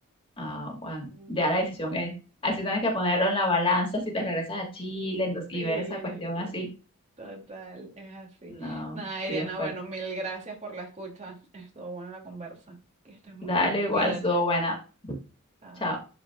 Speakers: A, on the left; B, on the right.
A: Ah, bueno,
B: Mm.
A: ya la decisión es. Ahí sí tienes que ponerlo en la balanza si te
B: <laughs>
A: regresas a Chile entonces,
B: Sí,
A: y ver esa cuestión así
B: total, es así.
A: No,
B: Nada,
A: sí
B: Iriana,
A: es fuerte.
B: bueno, mil gracias por la escucha. Estuvo buena la conversa. Que estés muy
A: Dale,
B: bien, cuídate.
A: igual, estuvo buena.
B: Chao.
A: Chao.